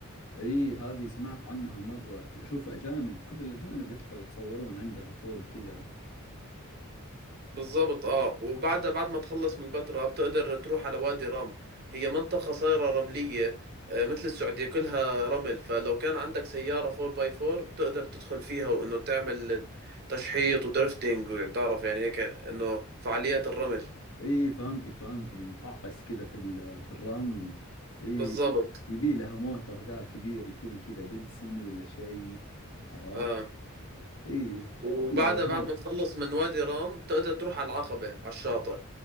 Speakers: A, on the left; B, on the right.
A: اي هذه سمعت عنها مرة شوف اجانب كل الاجانب يطلعوا يتصورون عندها فوق كذا
B: بالظبط اه وبعد بعد ما تخلص من البتراء بتقدر تروح على وادي رم هي منطقة صايرة رملية آه، مثل السعودية كلها رمل فلو كان عندك سيارة 4x4 بتقدر تدخل فيها وانه تعمل تشحيط ودرفتنج وتعرف يعني هيك انه فعاليات الرمل
A: اي فهمتك فهمتك نطعس كذا في ال- في الرمل اي
B: بالظبط
A: يبي لها موتر ذا كبير يكون كذا ديدسن ولا شيء عرفت
B: اه
A: اي
B: وبعدها
A: والله
B: بعد
A: هذا
B: ما تخلص من وادي رام بتقدر تروح على العقبة على الشاطئ